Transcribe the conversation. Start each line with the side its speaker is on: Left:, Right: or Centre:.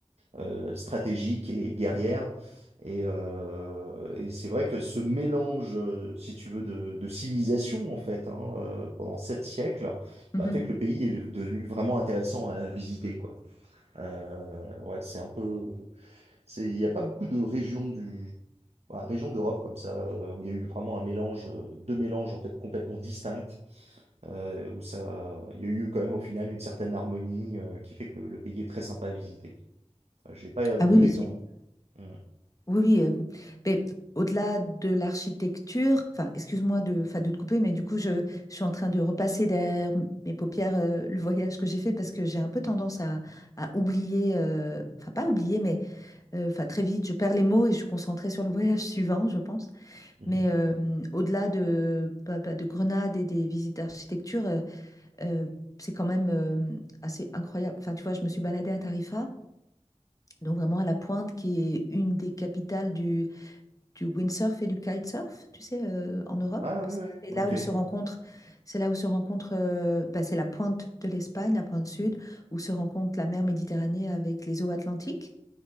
Right: euh, stratégique et guerrière. Et, euh, et c'est vrai que ce mélange, euh, si tu veux, de, de civilisation, en fait, hein, euh, pendant sept siècles,
Left: Mhm.
Right: bah, fait que le pays est devenu vraiment intéressant à visiter, quoi. Euh, ouais, c'est un peu c'est, il n'y a pas beaucoup de régions du, voilà, régions d'Europe comme ça, euh, où il y a eu vraiment un mélange, euh, deux mélanges en fait complètement distincts, euh, où ça, il y a eu quand même au final une certaine harmonie euh, qui fait que le, le pays est très sympa à visiter. Enfin, J'ai pas beaucoup
Left: Ah oui, oui,
Right: d'exemples.
Left: c'est-
Right: Mm.
Left: oui, oui. euh, mais au-delà de l'architecture, enfin, excuse-moi de, enfin, de te couper, mais du coup, je, je suis en train de repasser derrière m- mes paupières euh, le voyage que j'ai fait parce que j'ai un peu tendance à, à oublier, euh, enfin, pas oublier, mais euh, enfin, très vite, je perds les mots et je suis concentrée sur le voyage <laughs> suivant, je pense.
Right: Mhm.
Left: Mais euh, au-delà de, bah, bah, de Grenade et des visites d'architecture, euh, euh, c'est quand même euh, assez incroyable. Enfin, tu vois, je me suis baladée à Tarifa, donc vraiment à la pointe, qui est une des capitales du du windsurf et du kitesurf, tu sais, euh, en Europe,
Right: Ah
Left: parce
Right: oui, oui,
Left: que c'est
Right: ok.
Left: là où se rencontrent, c'est là où se rencontre, euh, bah, c'est la pointe de l'Espagne, la pointe sud, où se rencontre la mer Méditerranée avec les eaux atlantiques.